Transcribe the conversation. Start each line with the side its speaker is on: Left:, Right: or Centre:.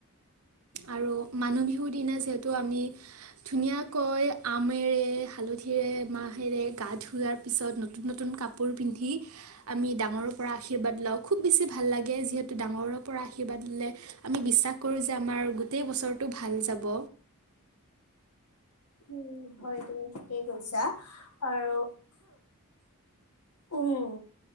Right: আৰু মানুহ বিহুৰ দিনা যিহেতু আমি ধুনীয়াকৈ আমেৰে হালধিৰে মাহেৰে গা ধোঁৱাৰ পিছত নতুন নতুন কাপোৰ পিন্ধি আমি ডাঙৰৰ পৰা আশীৰ্বাদ লাওঁ খুব বেছি ভাল লাগে। যিহেতু ডাঙৰৰ পৰা আশীৰ্বাদ ললে আমি বিশ্বাস কৰো যে আমাৰ গোটেই বছৰটো ভাল যাব।
Left: উ'ম হয় তুমি ঠিকেই কৈছা আৰু উ'ম